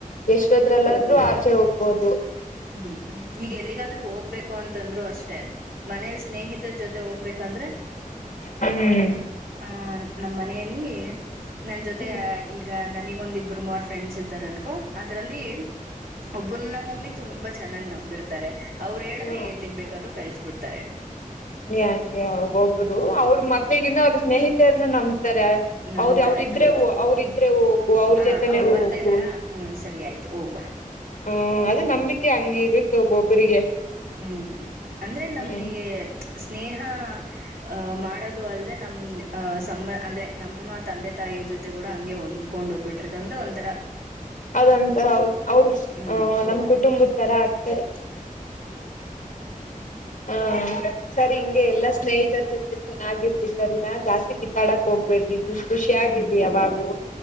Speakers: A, on the left; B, on the right.
A: ಎಷ್ಟ್ ಹತ್ರಲ್ಲಾದ್ರೂ ಆಚೆ ಹೋಗ್ಬೋದು.
B: ಹ್ಮ್ ಈಗ ಎಲ್ಲಿಗಾದ್ರೂ ಹೋಗ್ಬೇಕು ಅಂತಂದ್ರು ಅಷ್ಟೇ. ಮನೇಲ್ಲಿ ಸ್ನೇಹಿತರ ಜೊತೆ ಹೋಗ್ಬೇಕಂದ್ರೆ.
A: ಹ್ಮ್
B: ಆ ನಮ್ಮ ಮನೆಯಲ್ಲಿ ನನ್ ಜೊತೆ
A: ಹ್ಮ್
B: ಈಗ ನನಿಗೊಂದು ಇಬ್ಬರು ಮೂವರ್ ಫ್ರೆಂಡ್ಸ್ ಇತಾರ ಅನ್ಕೊ ಅದ್ರಲ್ಲಿ ಒಬ್ಬರನ ಮಮ್ಮಿ ತುಂಬಾ ಚೆನ್ನಾಗ್ ನಂಬಿರ್ತಾರೆ. ಅವ್ರು ಹೇಳಿದ್ರೆ
A: ಹ
B: ಎಲ್ಲಿಗ್ ಬೇಕಾದ್ರು ಕಳಸ್ ಬಿಡ್ತಾರೆ.
A: ಯಂಗೆ ಒಬ್ರು ಅವ್ರ ಮಕ್ಳಗಿಂದ ಅವ್ರ ಸ್ನೇಹಿತರನ್ನೆ ನಂಬ್ತಾರೆ.
B: ನಂಬ್ತಾರೆ
A: ಅವ್ರ ಅವ್ರಿದ್ರೆ
B: ಹೌದು
A: ಅವ್ರ ಇದ್ರೆ ಹೋಗು ಅವ್ರ
B: ಹ
A: ಜೊತನೆೇ
B: ಅವ್ರು
A: ಹೋಗು.
B: ಬರ್ತಾ ಇದ್ದಾರಾ ಹ್ಮ್ ಸರಿ ಆಯ್ತು ಹೋಗ್ಬಾ
A: ಹ್ಮ್ ಅದು ನಂಬಿಕೆ ಹಂಗ್ ಇರುತ್ತೆ ಒಬ್ಬೊಬ್ಬರಿಗೆ.
B: ಹ್ಮ್ ಅಂದ್ರೆ ನಮಿಗೆ
A: ಹ್ಮ್
B: ಸ್ನೇಹ ಹ ಮಾಡೋದು ಅಲ್ದೆ ನಮ್ ಅ ಸಮ್ಮ ಅಂದ್ರೆ ನಮ್ಮ ತಂದೆ ತಾಯಿ ಜೊತೆ ಕೂಡ ಹಂಗೆ ಒಂದ್ ಕೊಂಡ ಹೋಗ್ಬಿರ್ತದಂದ್ರೆ ಒಂತರ
A: ಅದೊಂತರ ಅವರು
B: ಹ್ಮ್
A: ಅ ನಮ್ ಕುಟುಂಬದ ತರ ಆಗ್ತಾರೆ. ಹ ಸರಿ ಹಿಂಗೆ ಎಲ್ಲಾ ಸ್ನೇಹಿತರ ಜೊತೆ ಚೆನ್ನಾಗಿದ್ರಿ ಸರಿ ನಾ ಜಾಸ್ತಿ ಕಿತ್ತಾಡಕ್ ಹೋಗ್ಬೇಡ್ರಿ. ಖುಷಿ ಖುಷಿಯಾಗಿರಿ
B: ಹ್ಮ್
A: ಅವಾಗು